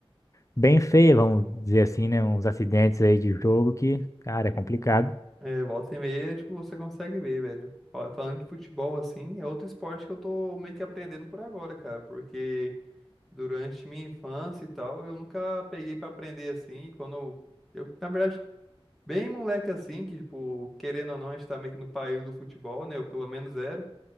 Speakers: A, on the left; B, in the centre.
A: bem feia, vamos dizer assim, né? Uns acidentes aí de jogo que, cara, é complicado.
B: É, volta e meia, tipo, você consegue ver, velho. Ó, Falando de futebol, assim, é outro esporte que eu tô meio que aprendendo por agora, cara, porque durante minha infância e tal, eu nunca peguei pra aprender assim. E Quando eu, eu, na verdade, bem moleque assim, que, tipo, querendo ou não, a gente tá meio que no país do futebol, né? Eu pelo menos era.